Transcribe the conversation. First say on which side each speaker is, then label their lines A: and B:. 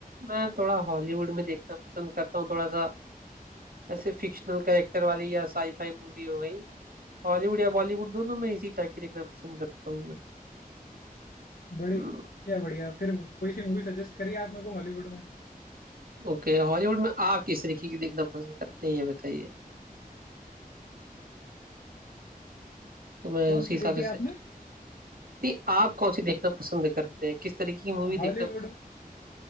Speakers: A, on the right; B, on the left.
A: मैं थोड़ा हॉलीवुड में देखना पसंद करता हूँ थोड़ा सा ऐसे फिक्शनल कैरेक्टर वाली या साईफाई मूवी हो गई हॉलीवुड या बॉलीवुड दोनों में इसी टाइप की देखना पसंद करता हूँ मैं
B: बढ़िया
A: हम्म,
B: बढ़िया फिर कोई सी मूवी सजेस्ट करिए आप मेरे को हॉलीवुड में
A: ओके हॉलीवुड में आप किस तरीके की देखना पसंद करते हैं ये बताइए तो मैं
B: कौन
A: उसी
B: सी
A: हिसाब
B: देखी
A: से
B: है
A: सजेस्ट
B: आपने
A: नहीं आप कौन सी देखना पसंद करते हैं किस तरीके की मूवी
B: हॉलीवुड
A: देखना पसंद करते हैं